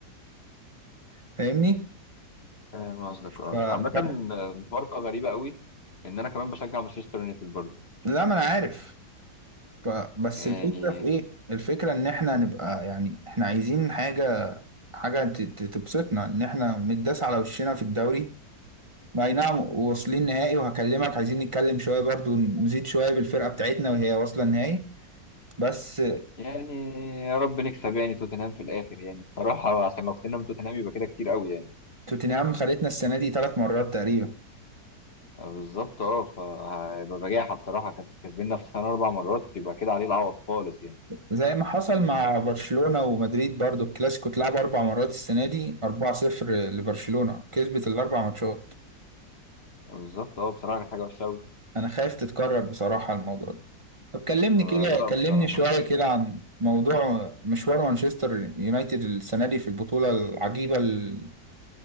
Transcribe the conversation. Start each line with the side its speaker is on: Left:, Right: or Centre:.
Right: فاهمني
Left: فاهم قصدك
Right: ف...
Left: اه عامه
Right: ف...
Left: آه، مفارقه غريبه قوي ان انا كمان بشجع مانشستر يونايتد برضه
Right: لا ما انا عارف ف... بس
Left: يعني
Right: الفكره في ايه الفكره ان احنا نبقى يعني احنا عايزين حاجه حاجه ت... ت- تبسطنا ان احنا متداس على وشنا في الدوري اي نعم واصلين نهائي وهكلمك عايزين نتكلم شويه برضو نزيد شويه بالفرقه بتاعتنا وهي واصله النهائي بس
Left: يعني يا رب نكسب يعني توتنهام في الاخر يعني بصراحه عشان لو خسرنا من توتنهام يبقى كده كتير قوي يعني
Right: توتنهام خدتنا السنة دي ثلاث مرات تقريبا
Left: آه، بالظبط اه فهيبقى بجاحه بصراحه كاس- كسبنا في سنه اربع مرات يبقى كده عليه العوض خالص يعني
Right: زي ما حصل مع برشلونة ومدريد برضو الكلاسيكو اتلعب أربع مرات السنة دي أربعة صفر لبرشلونة كسبت الأربع ماتشات
Left: بالظبط اه بصراحه كانت حاجه وحشه قوي
Right: أنا خايف تتكرر بصراحة الموضوع ده طب كلمني
Left: آه
Right: كده
Left: لا بصراحه
Right: كلمني شوية كده عن موضوع مشوار مانشستر يونايتد السنة دي في البطولة العجيبة اللي